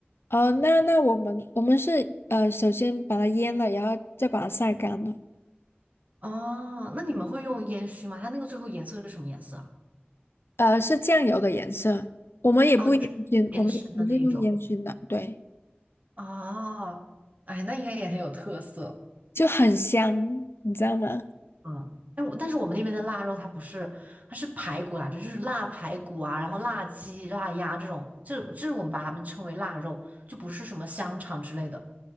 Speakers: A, on the left (about 75°); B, on the right (about 40°).
A: 哦，那那我们我们是呃，首先把它腌了，然后再把它晒干了。
B: 哦，那你们会用烟熏吗？它那个最后颜色是什么颜色啊？
A: 呃，是酱油的颜色，我们也不烟熏，
B: 哦，就是偏深的那一种。
A: 我们也不是用烟熏的，对，
B: 哦，哎，那应该也很有特色。
A: 就很香，你知道吗？
B: 嗯，但我但是我们那边的腊肉它不是，它是排骨来着，就是腊排骨啊，然后腊鸡、腊鸭这种，这这是我们把它们称为腊肉，就不是什么香肠之类的。